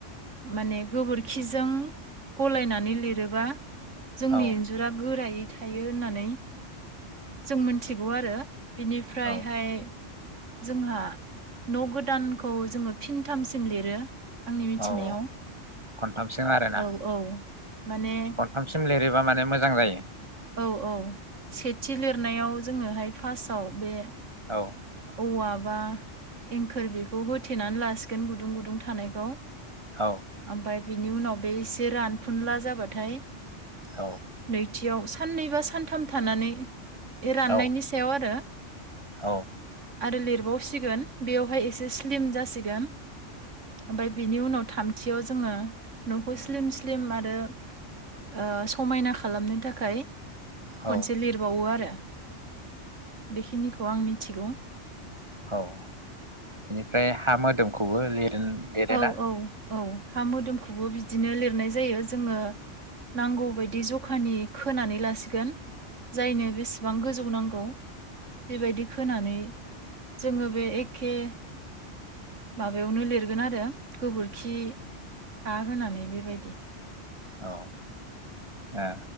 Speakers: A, on the right (about 85°); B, on the right (about 25°).
A: माने गोबोरखि जों गलायनानै लिरोबा जोंनि
B: औ
A: इन्जुरा गोरायै थायो होननानै जों मिन्थिगौ आरो। बिनिफ्रायहाय
B: औ
A: जोंहा न गोदानखौ जोङो फिनथामसिम लिरो। आंनि मिथिनायाव
B: औ खनथामसिम आरोना
A: औ औ। माने
B: खनथामसिम लिरो। बा मानो मोजां जायो।
A: औ औ सेथि लिरनायाव जोङोहाय फासआव बे।
B: औ
A: औ आ। बा एंखोर बेखौ होथेनानै लासिगोन गुदुं गुदुं थानायखौ।
B: औ
A: ओमबफाय। बिनि उनाव बे एसे रानफुनला जाबाथाय।
B: औ
A: नैथियाव सा। साननैबा सानथाम थानानै। राननायनि
B: औ
A: सायाव आरो।
B: औ
A: आरो लिरबाव। सिगोन बेवहाय एसे स्लिम जासिगोन। ओमफ्राय बिनि उनाव थाम। थियाव जोङो नखौ स्लिम स्लिम आरो ओ समायना खालामनो थाखाय।
B: औ
A: खनसे लिरबावो आरो। बेखिनिखौ आं मि। थिगै
B: औ बेनिफ्राय हा मोदोमखौबो लिर। दो लिरोना।
A: औ औ औ हा मोदोमखौबो बिदिनो लिरनाय जायो जोङो नांगौबायदि जखानि खोनानै लासिगोन। जायनो बेसेबां गोजौ नांगो। द। बेबायदि खोनानै। जोंओ बे एखे। माबायावनो लिरगोन आरो। गोबोरखि। हा होनानै बेबायदि।
B: औ ए।